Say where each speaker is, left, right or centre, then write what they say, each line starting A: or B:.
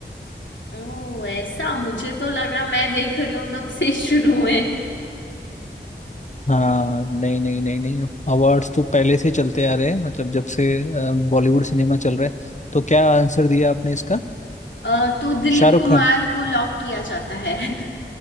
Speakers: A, on the left; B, on the left.
A: ओ ऐसा मुझे तो लगा मैं देख रही हूँ तब से शुरू में
B: हाँ नहीं नहीं नहीं नहीं अवार्ड्स तो पहले से चलते आ रहे हैं मतलब जब से अ, बॉलीवुड सिनेमा चल रहा है तो क्या आंसर दिया आपने इसका
A: अ, तो दिलीप
B: शाहरुख
A: कुमार
B: खान
A: को लॉक किया जाता है <laughs>